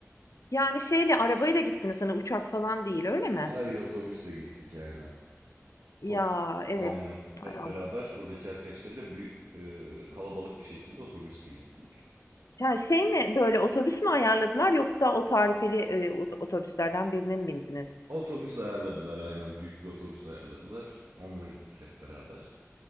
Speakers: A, on the left (about 75°); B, on the right (about 80°).
A: Yani şeyle arabayla gittiniz hani uçak falan değil öyle mi?
B: Hayır otobüsle gittik aynen.
A: Ya
B: Top
A: evet.
B: aynen. Hep
A: Ay Allah.
B: beraber buradaki arkadaşlarıyla bir, e, kalabalık bir şekilde otobüsle gittik.
A: Ya şey mi böyle otobüs mü ayarladılar yoksa o tarifeli e, ot- otobüslerden birine mi bindiniz?
B: Otobüs ayarladılar aynen. Büyük bir otobüs ayarladılar. Onunla gittik hep beraber.